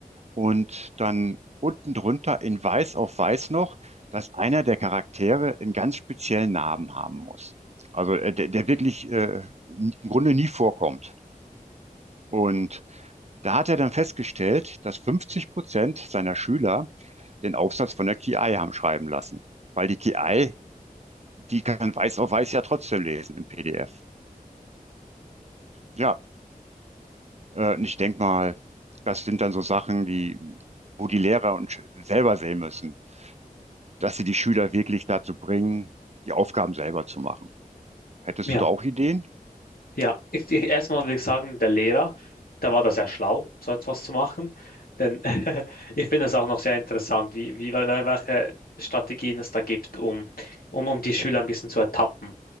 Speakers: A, on the right; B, on the left.
A: Und dann unten drunter in Weiß auf Weiß noch, dass einer der Charaktere einen ganz speziellen Namen haben muss. Also äh, der, der wirklich äh, im Grunde nie vorkommt. Und da hat er dann festgestellt, dass 50 Prozent seiner Schüler den Aufsatz von der KI haben schreiben lassen. Weil die KI, die kann Weiß auf Weiß ja trotzdem lesen im PDF. Ja, äh, und ich denke mal, das sind dann so Sachen, die, wo die Lehrer und Sch- selber sehen müssen. dass sie die Schüler wirklich dazu bringen, die Aufgaben selber zu machen. Hättest
B: Ja,
A: du da auch Ideen?
B: ja. Ich, ich, erstmal würde ich sagen, der Lehrer, da war das sehr schlau, so etwas zu machen. Denn <laughs> ich finde es auch noch sehr interessant, wie, wie, wel- welche Strategien es da gibt, um, um, um die Schüler ein bisschen zu ertappen.